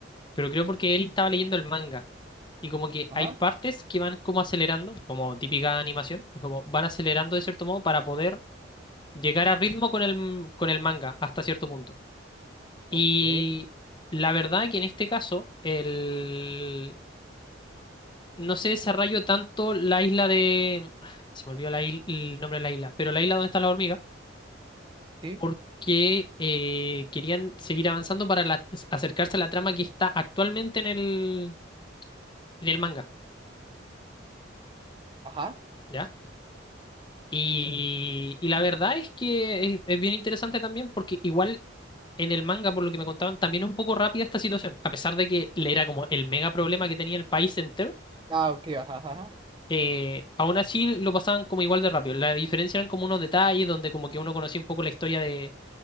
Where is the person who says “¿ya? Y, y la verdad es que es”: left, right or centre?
Left